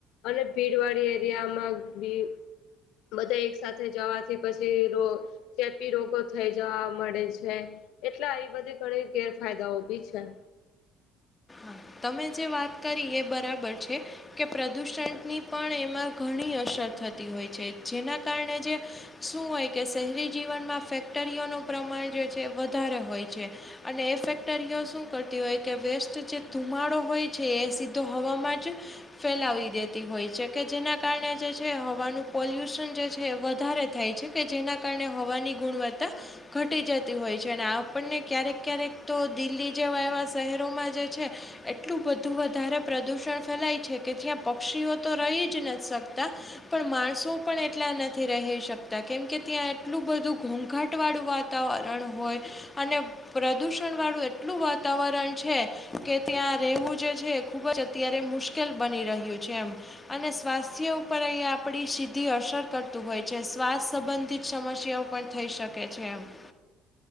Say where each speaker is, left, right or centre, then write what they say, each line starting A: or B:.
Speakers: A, on the left (about 75°); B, on the left (about 25°).
A: અને ભીડવાડી એરિયામાં બી બધા એક સાથે જવાથી પછી રો ચેપી રોગો થઈ જવા મળે છે, એટલા એ બધી ઘણી ગેરફાયદાઓ બી છે.
B: હા તમે જે વાત કરી એ બરાબર છે. કે પ્રદૂષણની પણ એમાં ઘણી અસર થતી હોય છે, જેના કારણે જે શું હોય કે, શહેરી જીવનમાં ફેક્ટરીઓનું પ્રમાણ જે છે, વધારે હોય છે. અને એ ફેક્ટરીઓ શું કરતી હોય કે વેસ્ટ જે ધુમાડો હોય છે, એ સીધો હવામાં જ ફેલાવી દેતી હોય છે, કે જેના કારણે જે છે, હવાનું પોલ્યુશન જે છે, એ વધારે થાય છે. કે જેના કારણે હવાની ગુણવત્તા ધટી જતી હોય છે, અને આપણને ક્યારેક ક્યારેક તો દિલ્હી જેવા એવા શહેરોમાં જે છે. એટલું બધું વધારે પ્રદૂષણ ફેલાય છે, કે, જ્યાં પક્ષીઓ તો રહી જ નથી શકતા. પણ માણસો પણ એટલા નથી રહી શકતા કેમ કે ત્યાં એટલું બધું ઘોઘાટ વાળું વા તાવરણ હોય અને પ્રદૂષણવાળું એટલું વાતાવરણ છે. કે ત્યાં રહેવું જે છે, એ ખૂબ જ અત્યારે મુશ્કેલ બની રહ્યું છે, એમ અને સ્વાસ્થ્ય ઉપર અંયા આપણી સીધી અસર કરતું હોય છે, શ્વાસ સંબંધિત સમસ્યાઓ પણ થઈ શકે છે, એમ